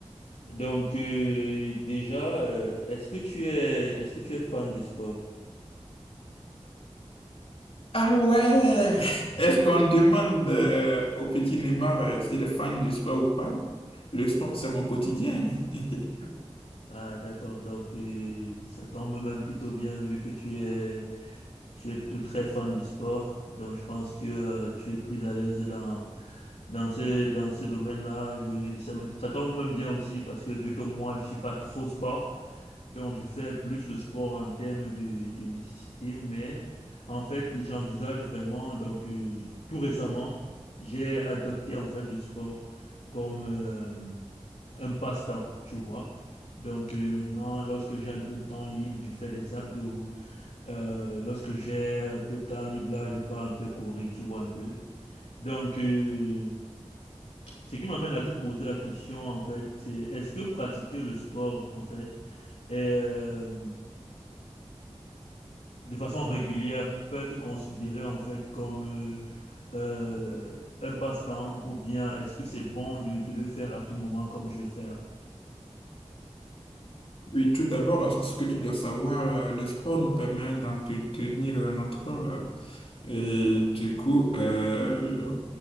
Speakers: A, on the left; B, on the left.
A: Donc euh, déjà, euh, est-ce que tu es est-ce que tu es fan de sport?
B: Ah ouais! Est-ce qu'on demande euh, au petit Neymar euh, s'il est fan du sport ou pas? Le sport, c'est mon quotidien. <laughs>
A: Ah d'accord, donc euh, ça tombe même plutôt bien vu que tu es tu es plutôt très fan de sport. Donc je pense que euh, tu es plus à l'aise dans dans ce dans ce domaine-là. Je- Ça me ça tombe même bien aussi parce que vu que moi je suis pas trop sport. Donc, je fais plus le sport en termes de, de nécessité, mais en fait, j'envisage vraiment, donc euh, j- tout récemment, j'ai adopté en fait le sport comme euh, un passe-temps, tu vois. Donc euh, maintenant, lorsque j'ai un peu de temps libre, je fais des abdos. Euh, lorsque j'ai un peu de temps libre, là, je pars un peu courir, tu vois un peu. Donc, euh, ce qui m'amène à te poser la question, en fait, c'est est-ce que pratiquer le sport, en fait, euh, de façon régulière peut être considéré en fait comme euh, euh, un passe-temps ou bien est-ce que c'est bon de, de le faire à tout moment comme je le fais là?
B: Oui, tout d'abord, euh, ce que tu dois savoir, euh, le sport nous permet d'entretenir euh, notre corps. euh, Et du coup, euh,